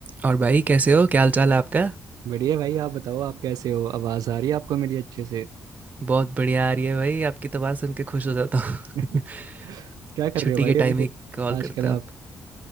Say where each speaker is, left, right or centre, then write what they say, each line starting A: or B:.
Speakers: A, on the right; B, on the right.
A: और भाई कैसे हो क्या हाल चाल है आपका
B: बढ़िया भाई आप बताओ आप कैसे हो आवाज आ रही है आपको मेरी अच्छे से
A: बहुत बढ़िया आ रही है भाई आपकी तो बात सुन के खुश हो जाता हूँ
B: <laughs>
A: <laughs>
B: क्या कर
A: छुट्टी
B: रहे हो भाई
A: के
B: अभी
A: टाइम
B: फिर
A: ही कॉल
B: आजकल
A: करते हो
B: आप
A: आप